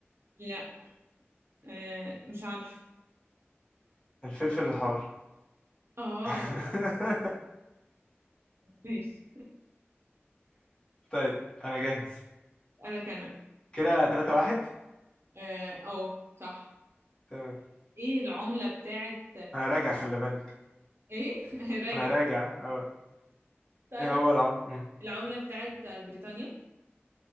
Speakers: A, on the right (about 60°); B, on the left (about 25°).
A: لا آه، مش عارف
B: الفلفل الحار
A: اه
B: <laughs>
A: ماشي
B: طيب انا جاهز
A: اسألك انا
B: كده 3 1
A: اه أهو، صح
B: تمام
A: ايه العملة بتاعت
B: انا راجع خلي بالك
A: ايه <laughs>
B: انا
A: راجع
B: راجع اه
A: تعرف
B: ايه هو العم... مم.
A: العملة بتاعت بريطانيا